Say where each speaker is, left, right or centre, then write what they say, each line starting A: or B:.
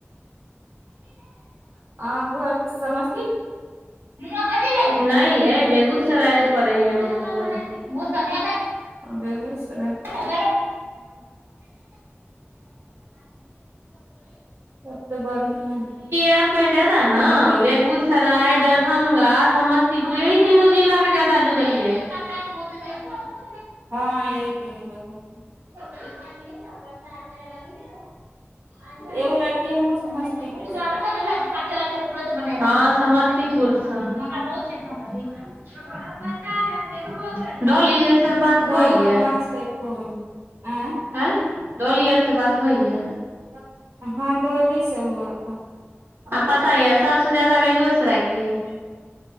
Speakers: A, on the right; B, on the right.
A: अहाँ घरके समस्त
B: नहि यै बेगूसराय पड़ैए हमर घर
A: बेगुएसराय
B: <unintelligible> ई
A: तब तऽ बढ़िया है,
B: एप मे जादा
A: हमहूँ
B: ने
A: बेगू
B: बेगूस सराय दरभङ्गा समस्तीपुर एहि तीनू जिलाके जादा जुड़लए कत <unintelligible>
A: हँ यही तीनू <unintelligible>
B: ान ने वष हा ल
A: एगो लड़की
B: भ
A: हमको समस्तीपुर
B: नहि
A: से
B: ने <unintelligible> अध प <unintelligible> हँ समस्तीपुरसँ डाॅलिय से बात होइया
A: स गर्भग असै एको आए
B: आ डोलिय से बात होइया
A: हाँ डोली से हुआ था
B: पता यऽ सबसँ जायदा बेगुएससँ के यै